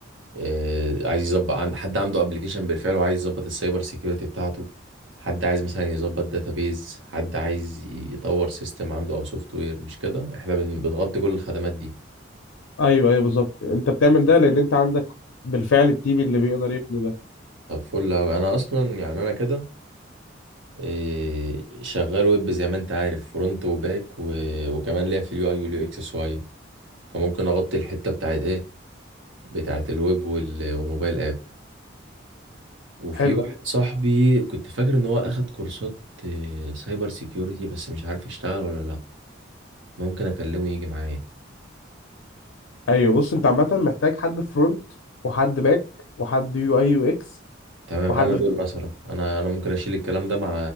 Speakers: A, on the right; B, on the left.
A: آه، عايز يظبط عند حد عنده ابلكيشن بالفعل وعايز يظبط السايبر سيكيورتي بتاعته حد عايز مثلا يظبط داتابيز حد عايز يطور سيستم عنده او سوفت وير مش كده احنا بن- بنغطي كل الخدمات دي
B: ايوه ايوه بالظبط انت بتعمل ده لان انت عندك بالفعل التيم اللي بيقدر يبني ده
A: طب فل أوي أنا أصلا يعني أنا كده إيه، شغال ويب زي ما أنت عارف فرونت وباك و... وكمان ليا في اليو أي واليو إكس شوية فممكن أغطي الحتة بتاعت إيه بتاعت الويب وال... والموبايل آب وفي
B: حلو
A: واحد صاحبي كنت فاكر ان هو اخد كورسات آه، سايبر سيكيورتي بس مش عارف يشتغل ولا لا ممكن اكلمه يجي معايا
B: ايوه بص انت عامه محتاج حد فرونت وحد باك وحد يو اي يو اكس
A: تمام
B: وحد
A: انا دول مثلا انا انا ممكن اشيل الكلام ده مع